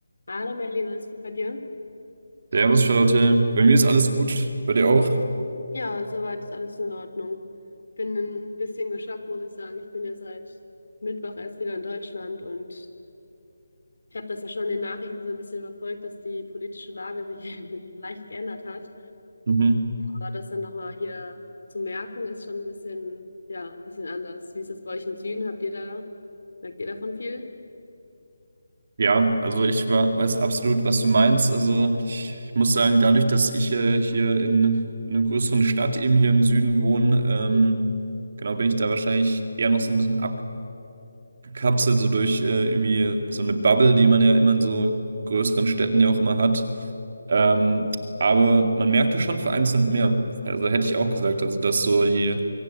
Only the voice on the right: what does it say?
Servus, Charlotte. Bei mir ist alles gut. Bei dir auch?
Mhm.
Ja, also ich wa- weiß absolut, was du meinst. Also ich, ich muss sagen, dadurch, dass ich äh, hier in einer größeren Stadt eben hier im Süden wohne, ähm,
genau, bin ich da wahrscheinlich eher noch so ein bisschen abgekapselt, so durch äh, irgendwie so eine Bubble, die man ja immer in so größeren Städten ja auch immer hat. Ähm, aber man merkte schon vereinzelt mehr. Also hätte ich auch gesagt, also dass so die